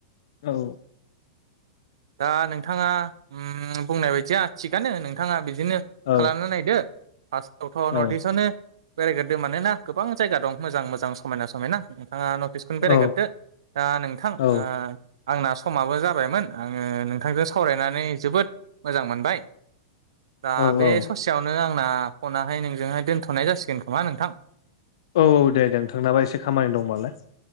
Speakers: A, on the left; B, on the right.
A: औ
B: दा नोंथाङा बुंनाय बायदिया थिगानो नोंथ नोंथाङा बिदिनो
A: औ
B: खालामना नायदो फार्स्टावथ'
A: औ
B: नर्थ इस्टआवनो बेरायग्रोदों मानोना गोबां जायगा दं मोजां मोजां समायना समायना आ नटिसखौनो बेरायग्रदो
A: औ
B: दा नोंथां
A: औ
B: आ आंना समाबो जाबायमोन ओ ओ आङो नोंथांजों सावरायनानै जोबोद मोजां मोनबाय दा
A: औ
B: बे
A: औ
B: ससेयावनो आं आंना फनाहाय नोंजोंहाय दोनथ'नाय जासिगोन खोमा नोंथां
A: औ औ दे दे नोंथांनाबो एसे खामानि दंबालाय